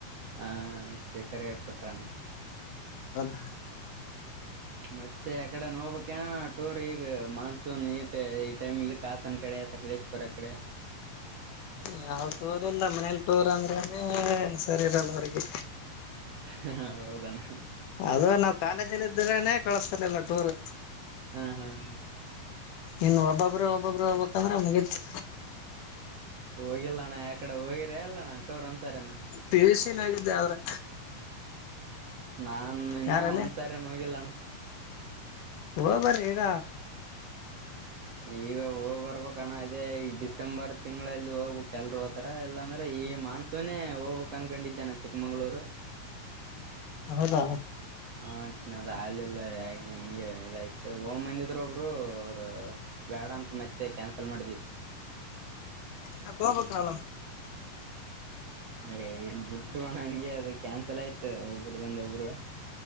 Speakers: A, on the right; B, on the left.
A: ಹ ಸ್ಪೀಕರ್ಗೆ ಹಾಕಬಟ್ರಣ್ಣ.
B: ಹೌದಾ
A: ಮತ್ತೆ ಅಕಡೆ ನೋಬೇಕೇನ ಟೂರ್ ಈಗ ಮಾನ್ಸೂನ್ ಈ ಈ ಟೈಮ ಕಾಸನ್ ಕಡೆ ಸಕಲೇಶ್ಪುರ ಕಡೆ.
B: ಯಾವ ಟೋರ್ ಇಲ್ಲ ಮನೇಲಿ ಟೋರ್ ಅಂದ್ರೆ ಹನು ಸರಿ ಇರಲ್ಲ ಅವ್ರರಿಗೆ.
A: ಹ ಹೌದಣ-
B: ಅದು ನಾವವು ಕಾಲೇಜಲ್ಲಿ ಇದ್ರನೇ ಕಳಸ್ತಲಿಲ್ಲ ಟೂರ್
A: ಹಾ ಹಾ ಹ
B: ಇನ್ನು ಒಬ್ಬೊಬ್ರ ಒಬ್ಬೊಬರು ಹೋಗ್ಬಕ್ಂದ್ರೆ ಮುಗಿತ್ತು.
A: ಹೋಗಿಲ್ಲಣ್ಣ ಯಕಡೆ ಹೋಗಿರ ಎಲ್ಲ ನ್ಣ ಟೂರ್ ಒಂದ್ಸರನ.
B: ಪಿ ಯು ಸ್ನ್ ಆಗಿದ್ದೆ ಆದ್ರೆ.
A: ನಾನ್ ಇನ್ನ
B: ಯಾರಲ್ಲಿ
A: ಒಂದ್ಸರಿನು ಹೋಗಿಲ್ಲಣ್ಣ.
B: ಓಬರಿ ಈಗ.
A: ಈಗ ಹೋಗ್ ಬರ್ಬೇಕಣ ಅದೇ ಈ ಡಿಸೆಂಬರ್ ತಿಂಗ್ಳಲ್ಲಿ ಹೋಗ್ಬೇಕ್ ಎಲ್ರು ಹೋತರೆ ಇಲ್ಲಾಂದ್ರೆ ಈ ಮಾನ್ಸೂನೇ ಹೋಗ್ಬೇಕ್ ಅನ್ಕೊಂಡಿದ್ದೆ ನಾ ಚಿಕ್ಕಮಂಗ್ಳೂರು.
B: ಹೌದಾ?
A: ಹ ನದ್ ಆಲಿಲ್ಲ ಹಿಂಗ ಇದಾಯ್ತು ಓ ಮಂದಿದ್ರ ಒಬ್ರು ಅವ್ರು ಬೇಡ ಅಂತ ಮತ್ತೆ ಕ್ಯಾನ್ಸಲ್ ಮಾಡಿದೀವಿ.
B: ಯಾಕ್ ಹೋಬೇಕಾಲ?
A: ಏ ಇನ್ ಬುಟ್ಟುವಣ ಹಂಗೆ ಅದು ಕ್ಯಾನ್ಸಲ್ ಆಯ್ತು ಒಬ್ರದಿಂದ ಒಬ್ರು.